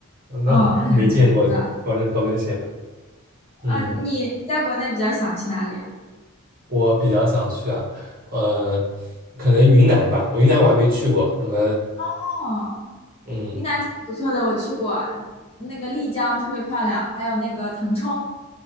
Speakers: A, on the right; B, on the left.
A: 那我没见过高跟高跟鞋吧？
B: 嗯，很很牛的。
A: 嗯，
B: 嗯，你在国内比较想去哪里啊？
A: 我比较想去啊，呃，可能云南吧，我云南我还没去过。什么？
B: 哦，
A: 嗯，
B: 云南挺不错的，我去过，那个丽江特别漂亮，还有那个腾冲，